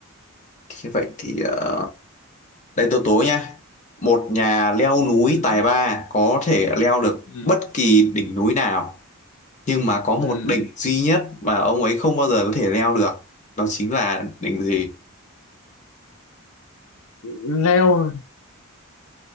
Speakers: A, on the left (about 35°); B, on the left (about 65°).
A: thế vậy thì à, Đây tôi tố nha. Một nhà leo núi
B: ừ,
A: tài ba có thể leo được
B: ừ,
A: bất kỳ đỉnh núi nào, nhưng mà có một
B: ừ.
A: đỉnh duy nhất mà ông ấy không bao giờ có thể leo được. Đó chính là đỉnh gì?
B: leo